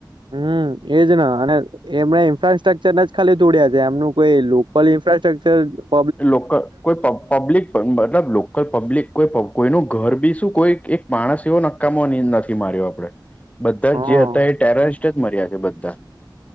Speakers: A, on the right (about 80°); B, on the left (about 15°).
A: હમ એજ ના અને એમના ઇન્ફ્રાસ્ટ્રક્ચર ના જ ખાલી તોોડયા છે એમનું કોઈ લોકલ ઇન્ફ્રાસ સ્ટ્રક્ચર
B: લોલ કોઈ પબ્લિક મતલબ કોઈ પબ્લિક કોઈ કોઈનું ઘર બી શું કોઈ એક માણસ એવો નક્કામોનીંદ નથી માર્યો આપડે બધા
A: હા
B: જ જે હતા એ ટેરરિસ્ટ જ મર્યા છે બધા